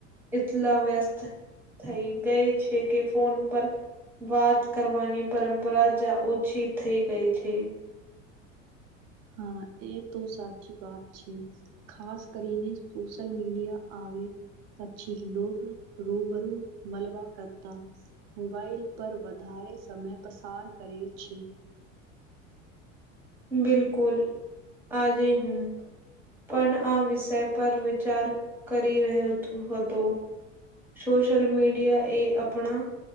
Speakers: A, in the centre; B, on the right.
A: એટલા વ્યસ્ત થઈ ગઈ છે કે ફોન પર વાત કરવાની પરંપરા જ ઓછી થઈ ગઈ છે.
B: હા એ તો સાચી વાત છે. ખાસ કરીને સોશિલ મીડિયા આવે પછી લોગ રૂબરૂ મળવા કરતા મોબાઈલ પર વધારે સમય પસાર કરે છે.
A: બિલકુલ આજે હું પણ આ વિષય પર વિચાર કરી રહ્યો હતો સોશલ મીડિયા એ આપણા